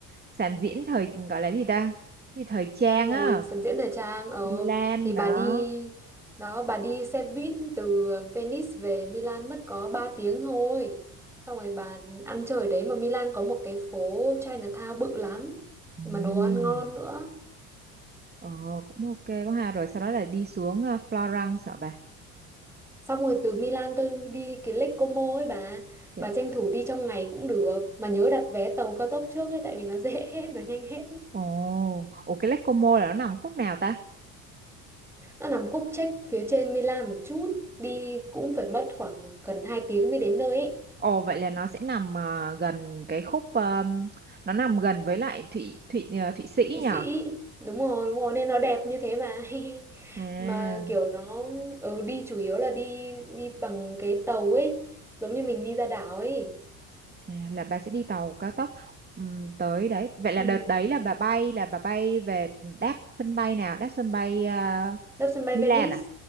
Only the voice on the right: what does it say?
sản diễn thời gọi là gì ta thì thời trang
á
Milan
đó
Ừm.
Ờ cũng ok quá ha rồi sau đó là đi xuống à, Florence hả bà
Cái-
ồ ồ cái Lake Como là nó nằm khúc nào ta
Ồ vậy là nó sẽ nằm à, gần cái khúc ờm, nó nằm gần với lại Thụy Thụy à, Thụy Sĩ
nhỉ?
À,
à
à, là bà sẽ đi tàu cao tốc ừm, tới đấy. Vậy
là đợt đấy là bà bay là bà bay về đáp sân bay nào? Đáp sân bay à,
Milan
à?